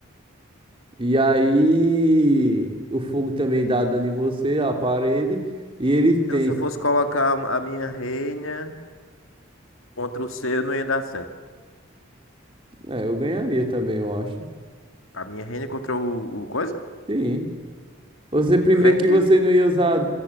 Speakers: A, on the right; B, on the left.
A: E aí, o fogo também dá dano em você, a parede. E ele
B: Então,
A: tem.
B: se eu fosse colocar a minha reina contra o seu, não ia dar certo.
A: É, eu ganharia também, eu acho.
B: A minha reina contra o, o coisa?
A: Sim. Você, primeiro
B: O Fênix?
A: que você não ia usar.